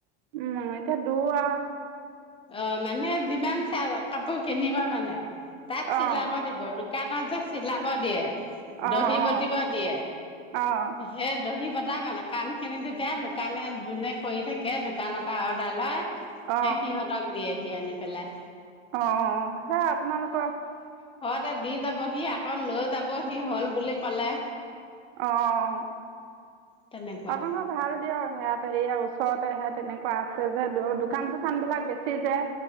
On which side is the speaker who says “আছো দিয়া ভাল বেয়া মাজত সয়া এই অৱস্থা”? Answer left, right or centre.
Right